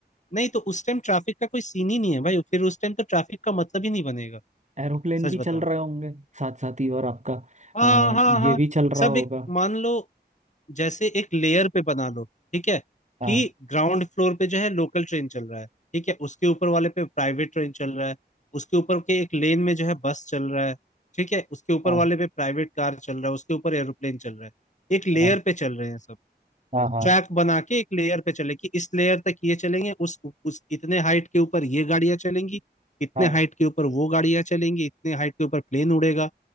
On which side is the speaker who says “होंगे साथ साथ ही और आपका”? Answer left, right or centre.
Right